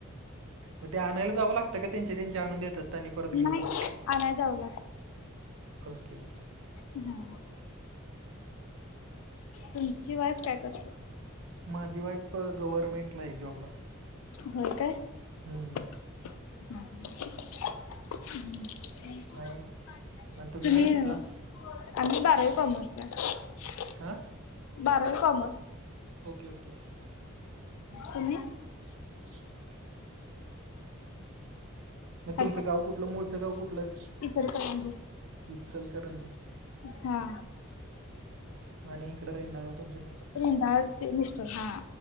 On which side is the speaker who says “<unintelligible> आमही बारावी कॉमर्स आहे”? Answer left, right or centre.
Left